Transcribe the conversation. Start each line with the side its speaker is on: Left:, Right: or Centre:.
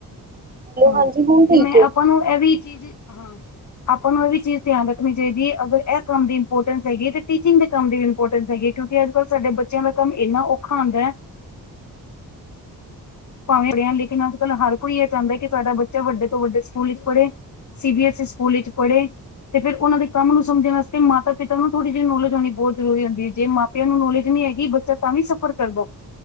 Left: ਹਾਂ
Right: ਹਾਂਜੀ ਹੁਣ ਠੀਕ
Left: ਤੇ ਮੈਂ
Right: ਹੈ
Left: ਆਪਾਂ ਨੂੰ ਐ ਵੀ ਚੀਜ, ਹਾਂ ਆਪਾਂ ਨੂੰ ਐ ਵੀ ਚੀਜ ਧਿਆਨ ਰੱਖਨੀ ਚਾਈਦੀ ਏ ਅਗਰ ਐ ਕੰਮ ਦੀ ਇੰਪੋਰਟੈਂਸ ਹੈਗੀ ਏ ਤੇ ਟੀਚਿੰਗ ਦੇ ਕੰਮ ਦੀ ਵੀ ਇੰਪੋਰਟੈਂਸ ਹੈਗੀ ਏ। ਕਿਓਂਕਿ ਅੱਜ-ਕਲ ਸਾਡੇ ਬੱਚਿਆਂ ਦਾ ਕੰਮ ਏਨਾਂ ਔਖਾ ਹੁੰਦੈ ਭਾਵੇਂ ਹੈਗੇ ਆਂ ਲੇਕਿਨ ਅੱਜ-ਕੱਲ ਹਰ ਕੋਈ ਏ ਚਾਂਦਾ ਐ ਕਿ ਸਾਡਾ ਬੱਚਾ ਵੱਡੇ ਤੋਂ ਵੱਡੇ ਸਕੂਲ ਇੱਚ ਪੜੇ। C B S E school ਇੱਚ ਪੜੇ। ਤੇ ਫੇਰ ਓਨਾਂ ਦੇ ਕੰਮ ਨੂੰ ਸਮਝਨ ਆਸਤੇ ਮਾਤਾ ਪਿਤਾ ਨੂੰ ਥੋੜੀ ਜੀ ਨੋਲੇਜ ਹੋਨੀ ਬੋਤ ਜਰੂਰੀ ਹੁੰਦੀ ਏ ਜੇ ਮਾਂ ਪਿਓ ਨੂੰ ਨੌਲੇਜ ਨੀ ਹੈਗੀ ਬੱਚਾ ਤਾਂ ਵੀ ਸੱਫਰ ਕਰਦੈ।